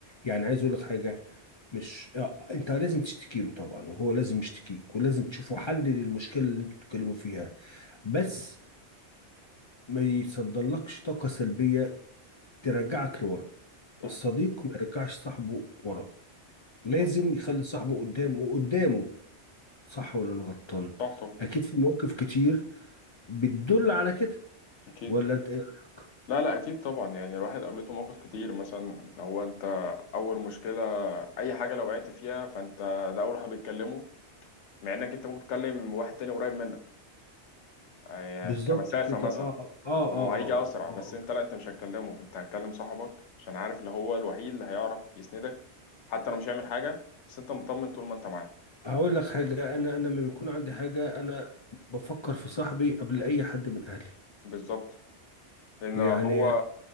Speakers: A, on the left (about 50°); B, on the left (about 85°).
A: يعني عايز اقول لك حاجه مش آه، انت لازم تشتكي له طبعا وهو لازم يشتكيك ولازم تشوفوا حل للمشكله اللي انتوا بتتكلموا فيها بس ما يصدرلكش طاقه سلبيه ترجعك لورا
B: صح
A: الصديق ما يرجعش صاحبه ورا لازم
B: صح
A: يخلي صاحبه قدامه وقدامه صح ولا انا غلطان
B: صح طبعا
A: اكيد في مواقف كتير بتدل على كده
B: اكيد
A: ولا انت ايه رايك
B: لا لا اكيد طبعا يعني الواحد قابلته مواقف كتير مثلا لو انت اول مشكله اي حاجه لو وقعت فيها فانت ده اول واحد بيتكلمه مع انك انت ممكن تكلم واحد تاني قريب منك آه،
A: بالظبط
B: كمسافه
A: كده
B: مثلا
A: اه اه اه
B: وهو
A: اه
B: هيجي اسرع
A: اه,
B: بس
A: آه.
B: انت لا انت مش هتكلمه انت هتكلم صاحبك عشان عارف اللي هو الوحيد اللي هيعرف يسندك حتى لو مش هيعمل حاجه بس انت مطمن طول ما انت معاه
A: آه. هقول لك حاجه انا انا لما بيكون عندي حاجه انا بفكر في صاحبي قبل اي حد من اهلي
B: بالظبط لان
A: يعني
B: هو